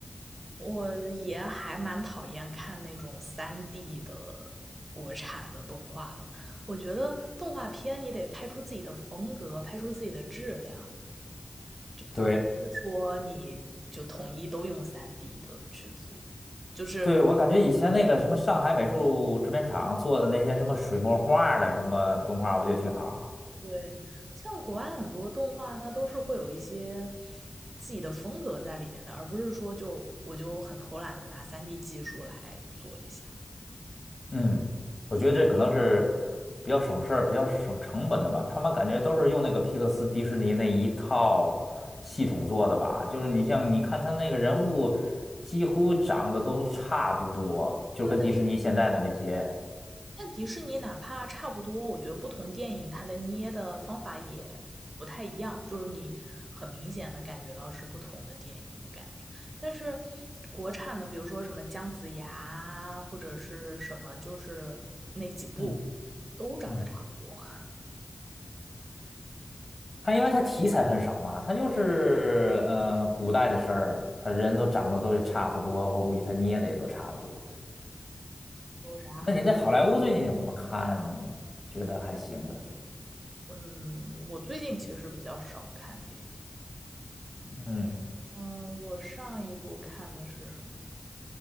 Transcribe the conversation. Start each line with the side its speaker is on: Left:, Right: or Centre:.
Right: 我也还蛮讨厌看那种三 d 的国产的动画的。我觉得动画片你得拍出自己的风格，拍出自己的质量，
Left: 对，
Right: 而不是说你就统一都用三 d 的去做。就是
Left: 对，我感觉以前那个什么上海美术制片厂做的那些什么水墨画的什么动画，我觉得挺好。
Right: 对，像国外很多动画，它都是会有一些自己的风格在里面的，而不是说就我就很偷懒的拿三 d 技术来做一下。
Left: 嗯，我觉得这可能是比较省事儿、比较省成本的吧。他们感觉都是用那个皮克斯、迪士尼那一套系统做的吧。就是你像你看他那个人物，几乎长得都差不多，就跟迪士尼现在的那些。
Right: 对，但迪士尼哪怕差不多，我觉得不同电影它的捏的方法也不太一样，就是你很明显能感觉到是不同的电影的感觉。但是国产的，比如说什么姜子牙或者是什么，就是那几部
Left: 嗯
Right: 都长得差不多。
Left: 嗯，他因为他题材很少嘛，他就是呃古代的事儿，他人都长得都差不多，我估计他捏的也都差不多。
Right: 有啥好？
Left: 那你在好莱坞最近有什么看觉得还行的？
Right: 嗯，我最近其实比较少看电影。
Left: 嗯，
Right: 嗯，我上一部看的是什么？